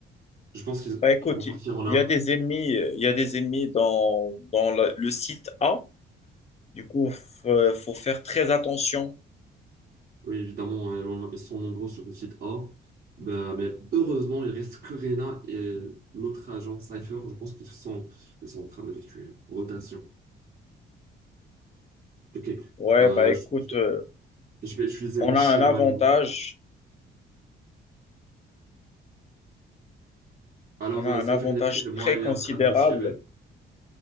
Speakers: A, on the right; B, on the left.
A: Je pense qu'ils
B: Bah, écoute,
A: qu'ils vont
B: il
A: partir en A.
B: y a des ennemis, euh, il y a des ennemis dans, dans le le site A. Du coup, f- euh, faut faire très attention.
A: Oui, évidemment, euh, on- ils sont nombreux sur le site A. Ben, mais heureusement, il reste que Reyna et l'autre agent, Cypher, je pense qu'ils sont, ils sont en train d'effectuer une rotation. Ok,
B: Ouais,
A: Euh,
B: bah écoute,
A: je
B: euh,
A: je vais utiliser
B: on
A: mon chien
B: a un avantage,
A: malinois. Alors,
B: on a
A: euh, Cypher,
B: un avantage
A: il est près de moi,
B: très
A: il
B: considérable.
A: est en train de me tirer.